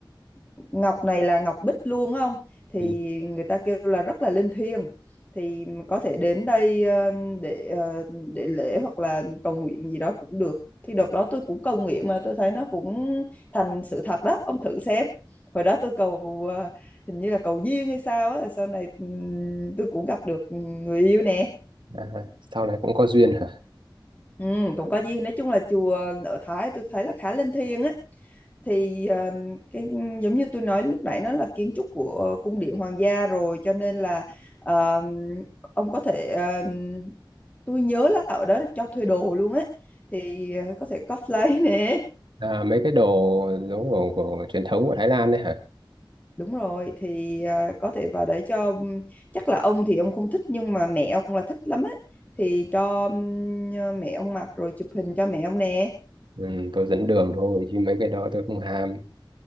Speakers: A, on the left; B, on the right.
A: Ngọc này là Ngọc Bích luôn á không thì
B: Ừ.
A: người ta kêu là rất là linh thiêng thì có thể đến đây ờ, để ờ, để lễ hoặc là cầu nguyện gì đó cũng được thì đợt đó tôi cũng cầu nguyện mà tôi thấy nó cũng thành sự thật đó ông thử xem hồi đó tôi cầu ờ, hình như là cầu duyên hay sao á sau này ừm, tôi cũng gặp được người yêu nè
B: à, sau này cũng có duyên hả
A: ừ, cũng có duyên nói chung là chùa ở Thái tôi thấy là khá linh thiêng á thì ờ, cái giống như tôi nói lúc nãy nó là kiến trúc của cung điện hoàng gia rồi cho nên là ờ, ông có thể ờ, tôi nhớ là ở đó là cho thuê đồ luôn á thì ờ, có thể cosplay <laughs> nè
B: à, mấy cái đồ đồ của, của truyền thống của Thái Lan đấy hả
A: Đúng rồi thì à, có thể vào để cho chắc là ông thì ông không thích nhưng mà mẹ ông là thích lắm á thì cho ừm, mẹ ông mặc rồi chụp hình cho mẹ ông nè
B: ừ, tôi dẫn đường thôi chứ mấy cái đó tôi không ham